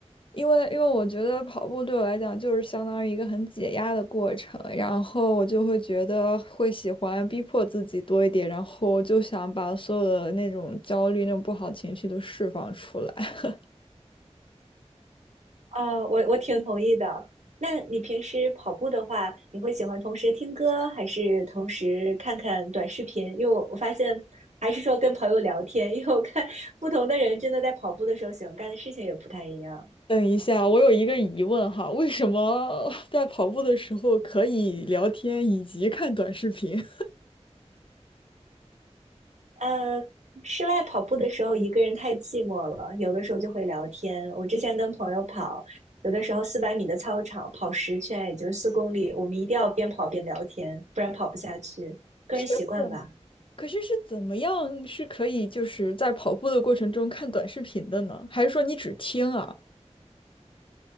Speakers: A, on the left; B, on the right.
A: 因为因为我觉得跑步对我来讲就是相当于一个很解压的过程，然后我就会觉得会喜欢逼迫自己多一点，然后就想把所有的那种焦虑、那种不好情绪都释放出来。<laughs>
B: 啊，我我挺同意的。那你平时跑步的话，你会喜欢同时听歌，还是同时看看短视频？因为我我发现，还是说跟朋友聊天，因为我看不同的人真的在跑步的时候喜欢干的事情也不太一样。
A: 等一下，我有一个疑问哈，为什么在跑步的时候可以聊天以及看短视频？
B: 呃，室外跑步的时候一个人太寂寞了，有的时候就会聊天。我之前跟朋友跑，有的时候四百米的操场跑十圈，也就是四公里，我们一定要边跑边聊天，不然跑不下去。
A: <laughs>
B: 个人习惯吧，
A: 是怎？可是是怎么样是可以就是在跑步的过程中看短视频的呢？还是说你只听啊？